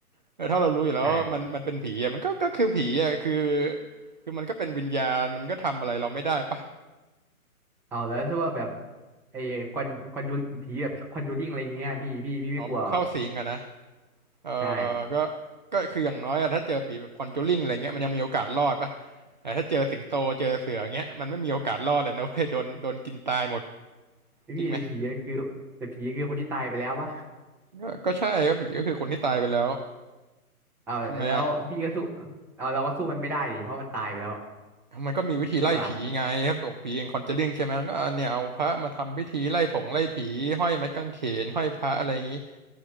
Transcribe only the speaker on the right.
เออถ้าเรารู้อยู่แล้วว่ามันมันเป็นผีอะมันก็ก็คือผีอะคือ
คือมันก็เป็นวิญญาณมันก็ทำอะไรเราไม่ได้ปะ
อ๋อแบบเข้าสิงอะนะ เออ
ก็ก็คืออย่างน้อยอะถ้าเจอผีแบบคอนจูริงอะไรเงี้ยมันยังมีโอกาสรอดปะแต่ถ้าเจอสิงโตเจอเสือเงี้ยมันไม่มีโอกาสรอดเลยนะเว้ยโดนโดนกินตายหมด
จริงไหมก็ก็ใช่ครับผีก็คือคนที่ตายไปแล้ว
ทำไมอ่ะ
มันก็มีวิธีไล่ผีไงครับบอกผีเองคอนจูริงใช่ไหมมันก็เนี่ยเอาพระมาทำพิธีไล่ผงไล่ผีห้อยไม้กางเขนห้อยพระอะไรอย่างงี้